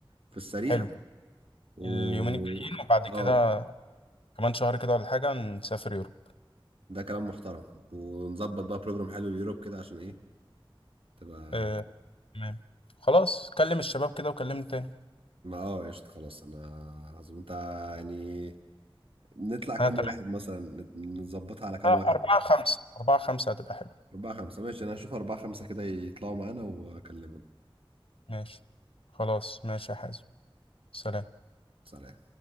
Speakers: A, on the right; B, on the left.
A: في السريع
B: حلو
A: و
B: اليومين الجايين وبعد كده
A: اه
B: كمان شهر كده ولا حاجة نسافر يوروب
A: ده كلام محترم ونظبط بقى بروجرام حلو ليوروب كده عشان ايه تبقى
B: آه، تمام خلاص كلم الشباب كده وكلمني تاني
A: ما اه قشطة خلاص انا عظيم انت يعني نطلع كام
B: أنا تمام
A: واحد مثلا نت- نظبطها على كام
B: آه،
A: واحد
B: أربعة خمسة أربعة خمسة هتبقى حلو
A: أربعة خمسة ماشي أنا هشوف أربعة خمسة كده يطلعوا معانا وأكلمك
B: ماشي خلاص ماشي يا حازم سلام
A: سلام